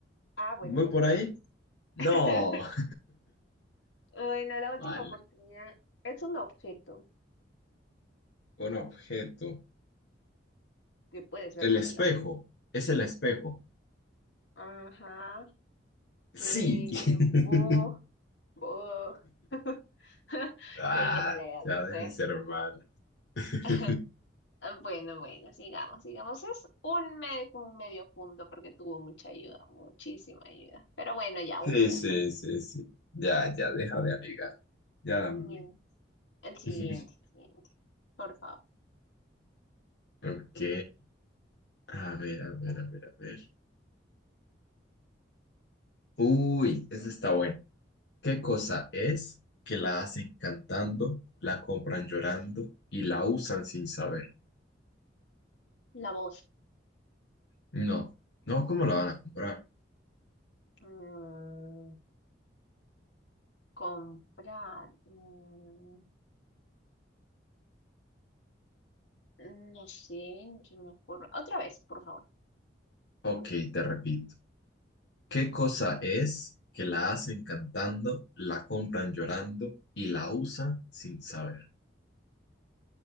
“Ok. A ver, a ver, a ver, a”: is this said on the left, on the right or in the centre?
Left